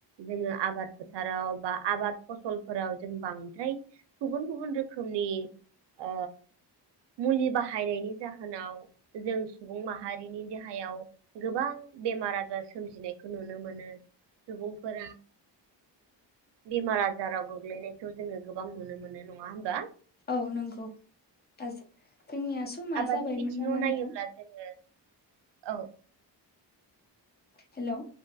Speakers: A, on the right; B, on the left.
A: जोङो आबाद फोथाराव बा आबाद फसल फोराव जों बांद्राय गुबुन गुबुन रोखोमनि ओ मुलि बाहायनायनि जाहोनाव जों सुबुं माहारिनि देहायाव गोबां बेमार आजार सोमजिनायखौ नुनो मोनो सुबुंफोरा बेमार आजाराव गोग ग्लैनायखौ जोङो गोबां नुनो मोनो नङा होमबा?
B: औ नंगौ आ जो जोंनिया समा
A: आबादनि
B: जाबायमोन
A: बिथिङाव
B: नामा
A: नायोब्ला
B: नोंथां?
A: जोङो औ
B: हेल'